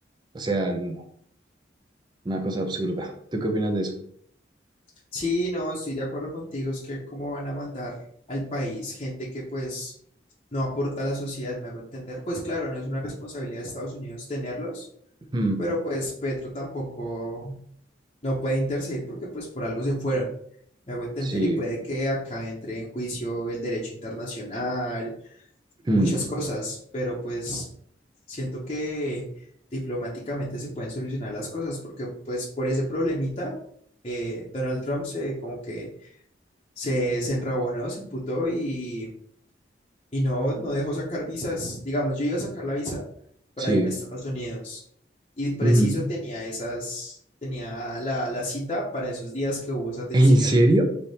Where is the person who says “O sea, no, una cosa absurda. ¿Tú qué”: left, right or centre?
Right